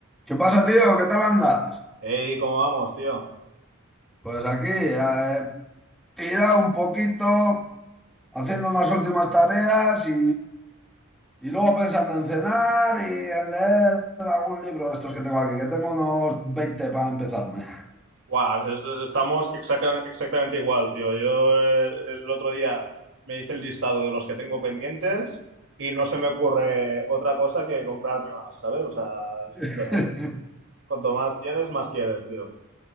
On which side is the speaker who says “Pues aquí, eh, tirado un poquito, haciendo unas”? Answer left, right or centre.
Centre